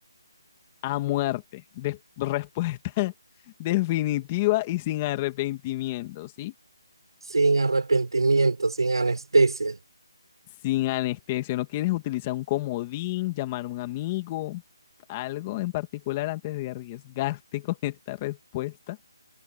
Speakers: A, on the left; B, on the right.
A: A muerte. Des- respuesta <laughs> definitiva y sin arrepentimiento, ¿sí?
B: Sin arrepentimiento, sin anestesia.
A: Sin anestesia. ¿No quieres utilizar un comodín, llamar a un amigo, algo en particular antes de arriesgarte <laughs> con esta respuesta?